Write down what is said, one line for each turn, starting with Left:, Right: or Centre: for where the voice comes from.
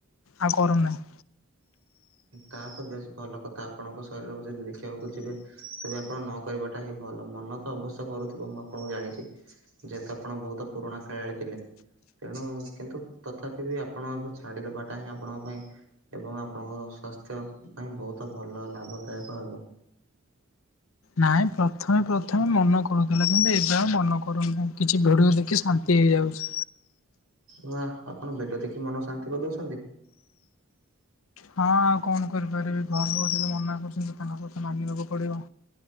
Left: ଆଉ କରୁନାହିଁ।
Right: ତାହା ତ ବେଶ ଭଲ କଥା ଆପଣଙ୍କ ଶରୀରକୁ ଯଦି ଦେଖିବାକୁ ଯିବେ ତେବେ ଆପଣ ନ କହିବାଟା ହିଁ ଭଲ ମନ ଅବଶ୍ୟ କରୁଥିବ ମୁଁ ଆପଣଙ୍କୁ ଜାଣିଛି ଯେହେତୁ ଆପଣ ବହୁତ ପୁରୁଣା ଖେଳାଳି ଥିଲେ। ତେଣୁ କିନ୍ତୁ ତଥାପି ବି ଆପଣ ଏବେ ଛାଡ଼ିଦବାଟା ହିଁ ଆପଣଙ୍କ ପାଇଁ ଏବଂ ଆପଣଙ୍କର ସ୍ଵାସ୍ଥ୍ୟ ପାଇଁ ବହୁତ ଭଲ ଲାଭଦାୟକ ହେବ।
Left: ନାଇଁ ପ୍ରଥମେ ପ୍ରଥମେ ମନେ କରୁଥିଲା କିନ୍ତୁ ଏବେ ଆଉ ମନ କରୁନାହିଁ। କିଛି ଭିଡିଓ ଦେଖି ଶାନ୍ତି ହେଇଯାଉଛି।
Right: ବା ଆପଣ ଭିଡିଓ ଦେଖି ମନ ଶାନ୍ତି କରିଦଉଛନ୍ତି।
Left: ହଁ ଆଉ କଣ କରିପାରିବି ଘର ଲୋକ ଯଦି ମନା କରୁଛନ୍ତି ତାଙ୍କ କଥା ମାନିବାକୁ ପଡିବ।